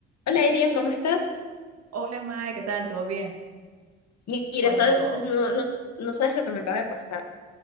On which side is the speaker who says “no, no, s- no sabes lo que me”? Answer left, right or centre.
Left